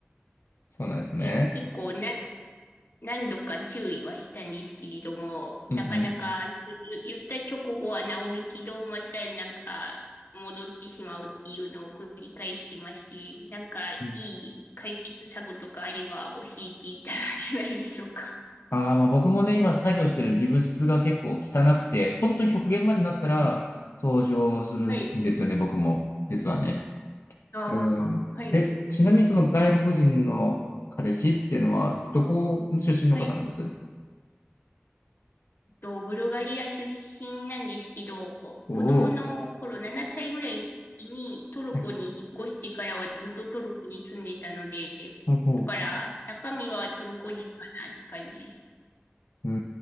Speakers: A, on the left; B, on the left.
A: そうなんですね。
B: で、結構な何度か注意はしたんですけれども、
A: うん、
B: なかなかゆ言った直後は治るけど、またなんか戻ってしまうっていうのを繰り返してまして、なんかいい解決策とかあれば教えていただけないでしょうか。
A: うん。ああ、まあ僕もね、今作業してる自分室が結構汚くて、本当に極限までなったら掃除をするんですよね、
B: はい。
A: 僕も。実はね。
B: ああ、
A: うん。
B: はい。
A: え、ちなみにその外国人の彼氏っていうのは、どこ出身の方なんです
B: はい。と、ブルガリア出身なんですけど、
A: おお
B: 子供の頃7歳ぐらいの時にトルコに引っ越してからはずっとトルコに住んでたので、
A: ー。はい。ほうほ
B: だから中身はトルコ人かなって感じです。
A: う。うー